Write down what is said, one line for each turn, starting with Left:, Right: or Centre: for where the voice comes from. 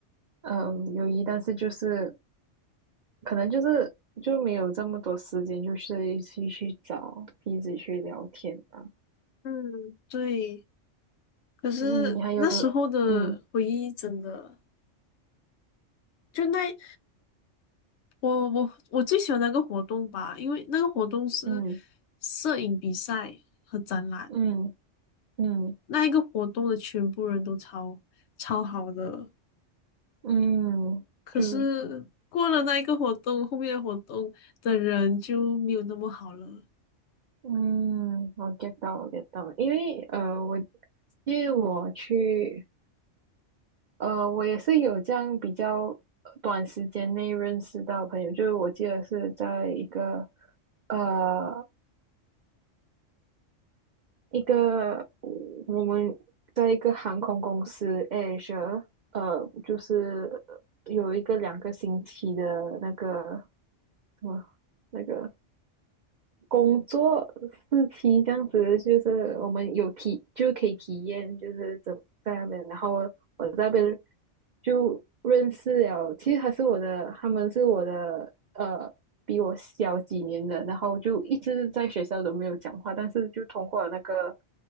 Right: 嗯友谊，但是就是可能就是就没有这么多时间，就是一起去找彼此去聊天吧。
Left: 嗯，对，可是那时候的回忆真的，
Right: 嗯，还有嗯
Left: 就那我我我最喜欢那个活动吧，因为那个活动是
Right: 嗯
Left: 摄影比赛和展览，
Right: 嗯嗯
Left: 那一个活动的全部人都超超好的，
Right: 嗯，
Left: 可是过了那一个活动，
Right: 就
Left: 后面的活动的人就没有那么好了。
Right: 嗯，我 get 到我 get 到，因为呃我因为我去。呃，我也是有这样比较呃短时间内认识到朋友，就是我记得是在一个呃一个我们在一个航空公司 Asia，呃，就是有一个两个星期的那个什么那个工作四期这样子，就是我们有体就可以体验，就是怎在那边，然后我在那边就认识了，其实他是我的，他们是我的呃比我小几年的，然后就一直在学校都没有讲话，但是就通过了那个